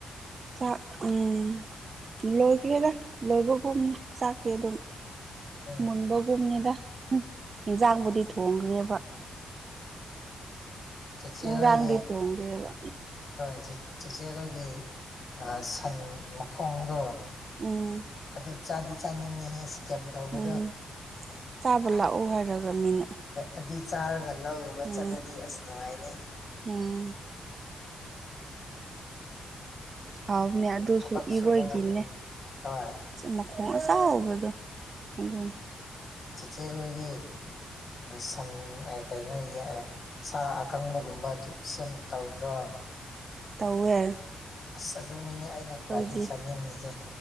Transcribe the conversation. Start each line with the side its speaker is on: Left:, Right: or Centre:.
Right: ꯆꯥꯛ ꯎꯝ ꯂꯣꯏꯈ꯭ꯔꯦꯗ ꯂꯣꯏꯕꯒꯨꯝꯅꯤ ꯆꯥꯛꯇꯤ ꯑꯗꯨꯝ
Left: ꯎꯝ
Right: ꯃꯨꯟꯕꯒꯨꯝꯅꯤꯗ ꯏꯟꯖꯥꯡꯕꯨꯗꯤ ꯊꯣꯡꯈ꯭ꯔꯦꯕ
Left: ꯆꯦꯆꯦ
Right: ꯍꯦꯟꯖꯥꯡꯗꯤ
Left: ꯍꯣꯏꯒꯤ
Right: ꯊꯣꯡꯒ꯭ꯔꯦꯕ
Left: ꯍꯣꯏ ꯆꯦ ꯆꯦꯆꯦ ꯈꯣꯏꯒꯤ ꯑꯥ ꯁꯟ ꯃꯈꯣꯡꯗꯣ
Right: ꯎꯝ
Left: ꯑꯗꯨ ꯆꯥꯗꯤ ꯆꯥꯅꯤꯡꯉꯤꯍꯦ ꯀꯦꯝ ꯇꯧꯕꯗꯣ
Right: ꯎꯝ ꯆꯥꯕ ꯂꯥꯛꯑꯣ ꯍꯥꯏꯔꯒ ꯃꯤꯅ
Left: ꯑꯗꯨ ꯆꯥꯔꯒ ꯂꯧ ꯎꯕ
Right: ꯎꯝ
Left: ꯆꯠꯂꯗꯤ ꯑꯁ ꯅꯨꯡꯉꯥꯏꯅꯤ
Right: ꯎꯝ ꯍꯥꯎꯕꯅꯦ ꯑ ꯑꯗꯨꯁꯨ
Left: ꯊꯕꯛ ꯁꯨꯕ
Right: ꯏꯔꯣꯏꯒꯤꯅꯦ
Left: ꯉꯝ ꯍꯣꯏ
Right: ꯃꯈꯣꯡ ꯑꯆꯥꯎꯕꯗꯨ ꯑꯗꯨꯅꯤ
Left: ꯆꯦꯆꯦ ꯍꯣꯏꯗꯤ ꯁꯟ ꯀꯩꯅꯣ ꯁꯥ ꯑꯀꯪꯕꯒꯨꯝꯕ ꯗꯨ ꯁꯦꯝ ꯇꯧꯗ꯭ꯔꯣ
Right: ꯇꯧꯋꯦ
Left: ꯑꯁ ꯑꯗꯨꯅꯤꯅꯦ ꯑꯩꯅ
Right: ꯑꯩꯈꯣꯏꯗꯤ
Left: ꯈ꯭ꯋꯥꯏꯗꯩ ꯆꯥꯅꯤꯡꯉꯤꯁꯦ